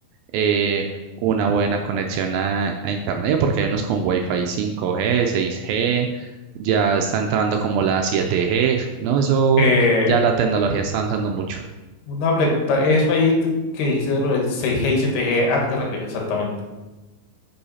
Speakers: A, on the right (about 80°); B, on the left (about 80°).
A: eh, una buena conexión a, a internet, porque hay unos con Wi-Fi 5G, 6G, ya está entrando como la 7G, ¿no? Eso
B: Eh,
A: ya la tecnología está avanzando mucho.
B: una pregunta, eso ahí t- que dijiste de lo del 6G y 7G, ¿a qué te refieres exactamente?